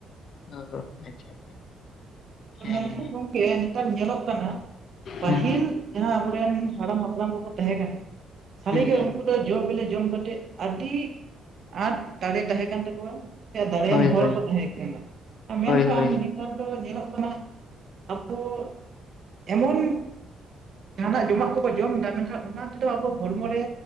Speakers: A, on the left; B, on the right.
A: ᱚ ᱟᱪᱪᱷᱟ ᱟᱪᱪᱷᱟ ᱦᱮᱸ
B: ᱢᱮᱱᱠᱷᱟᱱ
A: ᱦᱮᱸ
B: ᱜᱚᱝᱠᱮ ᱱᱮᱛᱟᱨ ᱧᱮᱞᱚᱜ ᱠᱟᱱᱟ ᱯᱟᱹᱦᱤᱞ
A: ᱦᱩᱸ
B: ᱡᱟᱸᱦᱟ ᱟᱵᱚᱨᱮᱱ ᱦᱟᱲᱟᱢ ᱦᱟᱯᱲᱟᱢ ᱠᱚᱠᱚ ᱛᱟᱸᱦᱮ ᱠᱟᱱᱟ ᱥᱟᱲᱤ
A: ᱦᱩᱸ
B: ᱜᱮ
A: ᱦᱩᱸ
B: ᱩ ᱩᱱᱠᱩ ᱫᱚ ᱡᱚ ᱵᱮᱞᱮ ᱡᱚᱢ ᱠᱟᱛᱮᱫ ᱟᱹᱰᱤ ᱟᱸᱴ ᱫᱟᱲᱮ ᱛᱟᱦᱮᱸ ᱠᱟᱱ ᱛᱟᱠᱚᱣᱟ ᱫᱟᱲᱮᱭᱟᱱ
A: ᱦᱳᱭ
B: ᱦᱚᱲ
A: ᱦᱳᱭ
B: ᱠᱚ ᱛᱟᱸᱦᱮ ᱠᱟᱱᱟ ᱢᱮᱱᱠᱷᱟᱱ
A: ᱦᱳᱭ ᱦᱳᱭ
B: ᱱᱮᱛᱟᱨ ᱫᱚ ᱧᱮᱞᱚᱜ ᱠᱟᱱᱟ ᱟᱵᱚ ᱮᱢᱚᱱ ᱡᱟᱸᱦᱟᱱᱟᱜ ᱡᱚᱢᱟᱜ ᱠᱚᱵᱚ ᱡᱚᱢ ᱫᱟ ᱢᱮᱱᱠᱷᱟᱱ ᱚᱱᱟ ᱛᱮᱫᱚ ᱟᱵᱚ ᱦᱚᱲᱢᱚ ᱨᱮ